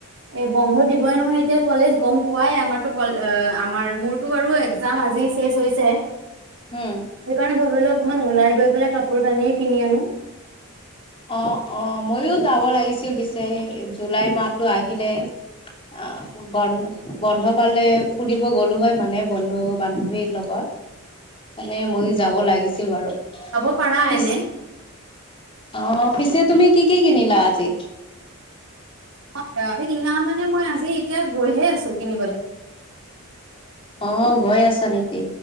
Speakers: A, on the right; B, on the left.
A: এ বন্ধ দিবই নহয় এতিয়া কলেজ গম পোৱাই, আমাৰতো <unintelligible> আমাৰ মোৰ <unintelligible> বাৰু এক্সাম আজি চেচ হৈছে।
B: উম।
A: সেইকাৰণে ভাবিলো অকণমান ওলাই গৈ পেলাই কাপোৰ কানিয়ে কিনি আনো।
B: অ অ ময়ো যাব লাগিছিল পিছে জুলাই মাহটো আহিলে। অ। বন্ধ বন্ধ পালে ফুৰিব গ'লো হয় মানে বন্ধু বান্ধৱীৰ লগত। মানে ময়ো যাব লাগিছিল বাৰু।
A: যাব পাৰা
B: পিছ
A: এনে।
B: অ পিছে তুমি কি কি কিনিলা আজি?
A: <unintelligible> মানে মই আজি এতিয়া গৈহে আছো কিনিবলৈ।
B: অ গৈ আছা নেকি?